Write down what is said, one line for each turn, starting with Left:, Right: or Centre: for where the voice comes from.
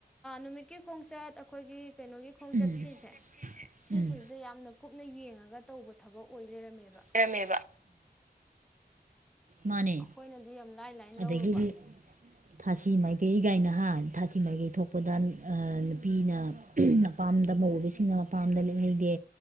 Centre: ꯅꯨꯃꯤꯠꯀꯤ ꯈꯣꯡꯆꯠ ꯑꯩꯈꯣꯏꯒꯤ ꯀꯩꯅꯣꯒꯤ ꯈꯣꯡꯆꯠ
Right: ꯎꯝ
Centre: ꯁꯤꯁꯦ ꯁꯤꯁꯤꯁꯤꯗ
Right: ꯎꯝ
Centre: ꯌꯥꯝꯅ ꯀꯨꯞꯅ ꯌꯦꯡꯉꯒ ꯇꯧꯕ ꯊꯕꯛ ꯑꯣꯏ ꯂꯩꯔꯝꯃꯦꯕ
Right: ꯂꯩꯔꯝꯃꯦꯕ ꯃꯥꯅꯦ
Centre: ꯑꯩꯈꯣꯏꯅꯗꯤ ꯌꯥꯝ ꯂꯥꯏ ꯂꯥꯏꯅ ꯂꯧꯔꯨꯕ
Right: ꯑꯗꯒꯤꯗꯤ ꯊꯥꯁꯤ ꯃꯥꯏꯀꯩꯒꯥꯏꯅ ꯍꯥꯏ ꯊꯥꯁꯤ ꯃꯥꯏꯀꯩ ꯊꯣꯛꯄꯗ ꯅꯨꯄꯤꯅ ꯃꯄꯥꯝꯗ ꯃꯧꯑꯣꯢꯕꯤꯁꯤꯡꯅ ꯃꯄꯥꯝꯗ ꯂꯦꯛꯍꯩꯗꯦ